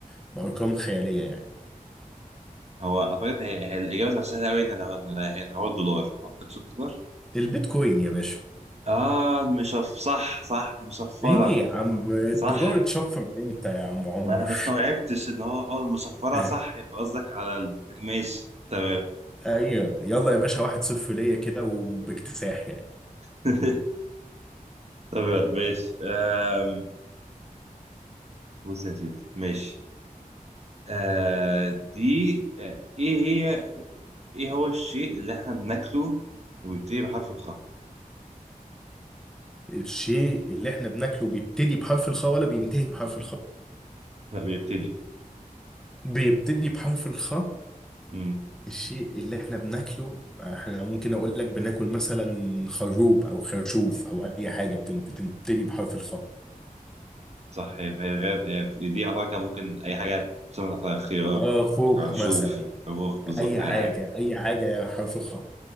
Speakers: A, in the centre; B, on the right.
A: بارقام خياليه يعني
B: هو اعتقد هي, هي الاجابة تبقى سهلة قوي ان لو ان هنا هو الدولار ما اعتقدش الدولار
A: البيتكوين يا باشا
B: اه المشف صح صح مصفرة
A: ايه يا عم الدولار
B: صح
A: اتشفر امتى يا عم عمر
B: ما انا ما استوعبتش ان هو اه المصفرة
A: <laughs>
B: صح يبقى قصدك على ال... ماشي تمام
A: ايوه يلا يا باشا واحد صفر ليا كده وباكتساح يعني
B: <laughs> طب يلا، ماشي آم، بص يا سيدي ماشي آه دي آه ايه هي ايه هو الشيء اللي احنا بناكله وبيبتدي بحرف الخاء
A: الشيء اللي احنا بناكله بيبتدي بحرف الخاء ولا بينتهي بحرف الخاء
B: لا، بيبتدي
A: بيبتدي بحرف الخاء
B: امم
A: الشيء اللي احنا بناكله احنا ممكن اقول لك بناكل مثلا خروب او خرشوف او اي حاجه بتن- بتبتدي بحرف الخاء
B: صح هي فهي غاب آه في- دي اعتقد كان ممكن اي حاجه تسمى تحتها خيار
A: اه خوخ
B: خرشوف
A: مثلا
B: خروخ بالظبط
A: اي
B: اي
A: حاجه
B: حاجه
A: اي حاجه حرف الخاء